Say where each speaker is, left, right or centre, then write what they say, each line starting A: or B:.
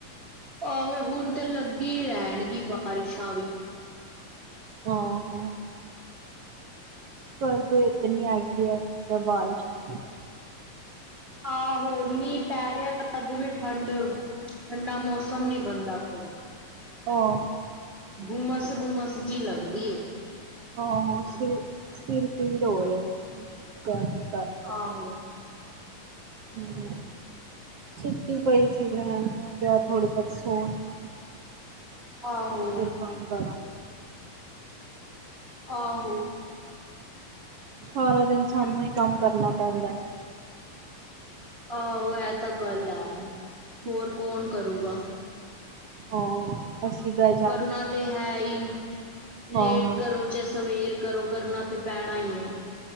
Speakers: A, on the right; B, on the right.
A: ਆਹੋ ਹੁਣ ਤਾਂ ਲੱਗੀ ਰਹਿਣਗੀ ਬਾਰਿਸ਼ਾਂ ਵੀ।
B: ਹਾਂ- ਹਾਂ। ਗਰਭ ਇਤਨੀ ਹੈਗੀ ਆ ਤਾਂ ਬਾਰਿਸ਼ ਆਦੀ।
A: ਆਹੋ, ਮੀਂਹ ਪੈ ਰਿਹਾ ਤਾਂ ਅੱਜ ਵੀ ਠੰਡ ਇਨਾ ਮੌਸਮ ਨਹੀਂ ਬਣਦਾ ਪਿਆ।
B: ਹਾਂ।
A: ਗੁੰਮਸ -ਗੁੰਮਸ ਜੀ ਲਗਦੀ ਏ।
B: ਆਹੋ, ਸਿਰ ਸਿਰ ਪੀੜ ਹੋ ਰਿਹਾ ਗਰਮੀ ਕਰਕੇ।
A: ਆਹੋ
B: ਹੂੰ ਸੁਤੀ ਪਈ ਸੀ ਮੈਂ, ਮੈਂ ਕਿਆ ਥੋੜਾ ਜਿਹਾ ਸੌ ਜਾ।
A: ਆਹੋ।
B: ਫਿਰ ਕੰਮ ਕਰਾਂਗੇ।
A: ਆਹੋ।
B: ਸਾਰਾ ਦਿਨ ਸਾਨੂੰ ਹੀ ਕੰਮ ਕਰਨਾ ਪੈਂਦੈ।
A: ਆਹੋ ਇਹ ਤਾਂ ਗੱਲ ਹੈ, ਹੋਰ ਕੌਣ ਕਰੂਗਾ।
B: ਹਾਂ। ਅਸੀਂ ਬੈ
A: ਕਰਨਾ ਤੇ ਹੈ ਈ, ਲੇਟ
B: ਆਹੋ
A: ਕਰੋ ਚਾਹੇ ਸਵੇਰ। ਕਰੋ ਕਰਨਾ ਤੇ ਪੈਣਾ ਹੀ ਏ।